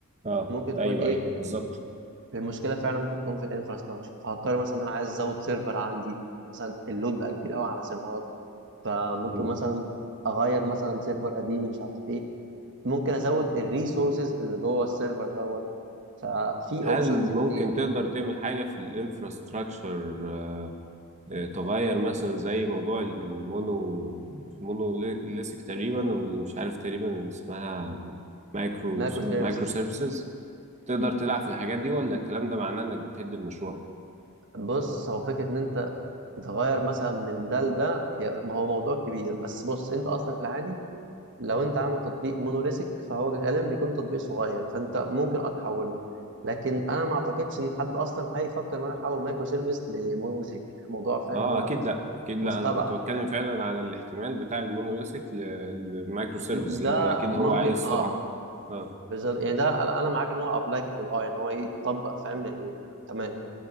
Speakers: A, on the right; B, on the right.
A: اه
B: ممكن تكون
A: ايوه
B: ايه
A: ايوه بالظبط
B: المشكله فعلا ممكن تكون في الانفراستراكشر فهضطر مثلا ان انا عايز ازود سيرفر عندي مثلا اللود بقى كبير قوي على سيرفرات فممكن
A: مم.
B: مثلا اغير مثلا سيرفر قديم مش عارف ايه ممكن ازود الريسورسز اللي جوه السيرفر دوت ففي
A: هل
B: اوبشنز كتير
A: ممكن تقدر تعمل حاجه في الانفراستراكشر آه، تغير مثلا زي موضوع ال- المونو المونوليثك تقريبا واللي مش عارف تقريبا اللي اسمها مايكرو
B: مايكرو سيرفيسز
A: مايكرو سيرفيسز تقدر تلعب في الحاجات دي ولا الكلام ده معناه انك بتهد المشروع
B: بص هو فكرة إن أنت تتغير مثلا من ده لده هي ما هو موضوع كبير بس بص أنت أصلا في العادي لو أنت عامل تطبيق مونوليثيك فهو غالبا بيكون تطبيق صغير فأنت ممكن أه تحوله لكن أنا ما أعتقدش إن حد أصلا هيفكر إن هو يحول مايكرو سيرفيس لمونوليثيك الموضوع فاهم
A: اه
B: اللي هو
A: اكيد لا اكيد لا
B: مستبعد
A: انا كنت بتكلم فعلا على الاحتمال بتاع المونوليثك للمايكرو سيرفيس
B: م- ده
A: لان اكيد
B: ممكن
A: هو عايز
B: أه
A: سرعه اه
B: بالظبط يعني ده أنا أنا معاك إن هو أبلايكابل أه يعني هو يتطبق فاهم يعني تمام